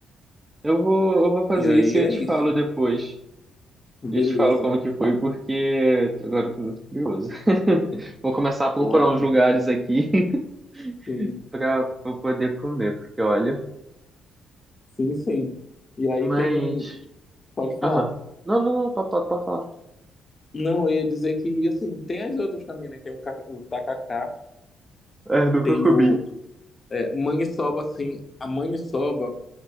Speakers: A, on the right (about 20°); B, on the left (about 30°).
A: Eu vou, eu vou fazer
B: E aí
A: isso e
B: é
A: eu te
B: isso.
A: falo depois.
B: Beleza.
A: E eu te falo como que foi, porque agora eu tô muito curioso. <laughs> Vou começar a procurar
B: Ótimo.
A: uns lugares aqui <laughs>
B: Sim,
A: pra, pra poder comer, porque olha.
B: sim, sim. E aí
A: Mas.
B: tem. Pode falar.
A: Aham. Não, não, não, pode, pode pode falar.
B: Não, eu ia dizer que assim, tem as outras também, né? Tem o, ca- o tacacá,
A: É, do
B: tem
A: que eu comi.
B: o é, maniçoba, assim. A maniçoba,